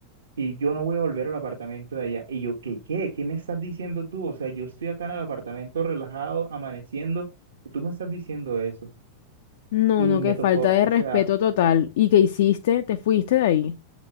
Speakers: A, on the right; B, on the left.
A: Y yo no voy a volver al apartamento de allá. Y yo, ¿qué, qué? ¿Qué me estás diciendo tú? O sea, yo estoy acá en el apartamento relajado, amaneciendo, y tú me estás diciendo eso.
B: No,
A: Y
B: no,
A: me
B: qué
A: tocó,
B: falta de
A: o
B: respeto
A: sea,
B: total. ¿Y qué hiciste? ¿Te fuiste de ahí?